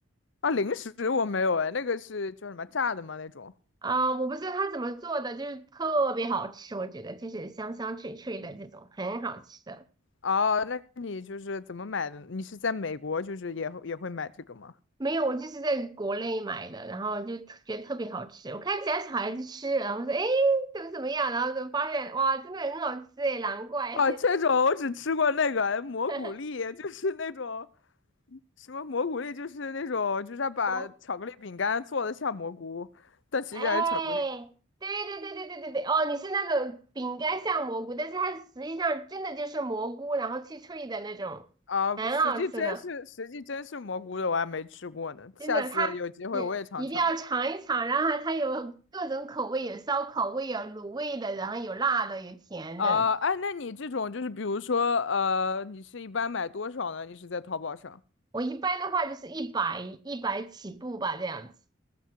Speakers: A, on the left (about 60°); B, on the right (about 20°).
A: 啊，零食我没有哎，那个是叫什么炸的吗？那种？
B: 啊、我不知道它怎么做的，就是特别好吃，我觉得就是香香脆脆的这种，很好吃的。
A: 哦，那你就是怎么买的？你是在美国，就是也会也会买这个吗？
B: 没有，我就是在国内买的，然后就特觉得特别好吃。我看其他小孩子吃，然后说，哎，怎么怎么样，然后就发现，哇，真的很好吃哎，难怪。
A: 哦，这种我只吃过那个蘑菇粒，
B: <laughs>
A: 就是那种什么蘑菇粒，就是那种就是他把巧克力饼干做的像蘑菇，
B: 蘑，
A: 但其实还是巧克力
B: 哎，对对对对对对对，哦，你是那种饼干像蘑菇，但是它实际上真的就是蘑菇，然后脆脆的那种，
A: 啊，
B: 很好吃的。
A: 实际真是实际真是蘑菇的，我还没吃过呢，
B: 真的，
A: 下次有机会我也尝尝。
B: 它也一定要尝一尝。然后它它有各种口味，有烧烤味，有卤味的，然后有辣的，有甜的。
A: 啊，哎，那你这种就是比如说呃，你是一般买多少呢？你是在淘宝上？
B: 我一般的话就是一百一百起步吧，这样子。